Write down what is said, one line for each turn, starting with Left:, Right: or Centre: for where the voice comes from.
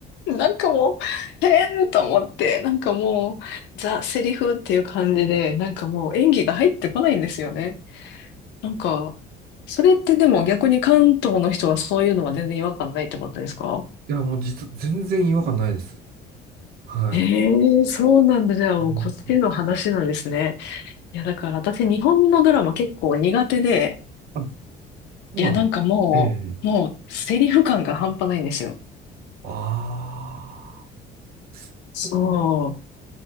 Left: なんかもう、へーと思って、なんかもう、ザ・セリフっていう感じで、なんかもう演技が入ってこないんですよね。なんか、それってでも逆に関東の人はそういうのは全然違和感ないってことですか
Right: いや、もう実、全然違和感ないです。はい。
Left: ええそうなんだ。じゃあもうこっちの話なんですね。
Right: うん
Left: いや、だから私日本のドラマ結構苦手で、
Right: あ、そうなの。
Left: いや、なんかもう、
Right: ええ。
Left: もうセリフ感が半端ないんですよ。
Right: ああ。
Left: そ
Right: ところ、